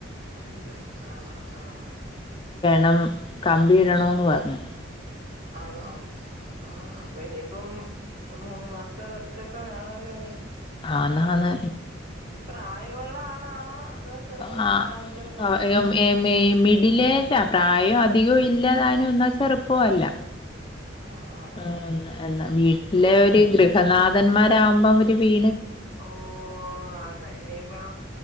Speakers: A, on the right; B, on the left.
A: ഉണ്ട് ആഹ് ആഹ് ആഹ്
B: ണം കമ്പി ഇടണന്ന് പറഞ്ഞ്
A: ആണോ ആ അപ്പ ഇനിയിപ്പം മൂന്നു മാസത്തെ റെസ്റ്റ് ഒക്കെ വേണല്ലോ ഇനി
B: ആന്നാണ്
A: ഉം പ്രായമുള്ള ആളാണോ അതോ ചെറുപ്പൊക്കെ
B: ആഹ്
A: ആ ചെറുപ്പൊക്കെ
B: മിഡിലേജാ പ്രായവും അധികവും ഇല്ലതാനും എന്നാ ചെറുപ്പല്ല
A: ആ ആ ആ
B: ആണല്ലേ എന്നാ വീട്ടിലെ
A: ആ
B: ഒരു
A: അപ്പൊ
B: ഗൃഹനാഥന്മാർ
A: പിന്നെ
B: ആകുമ്പം ഒരു വീ
A: ഓ ആന്നെ ഇനിയിപ്പം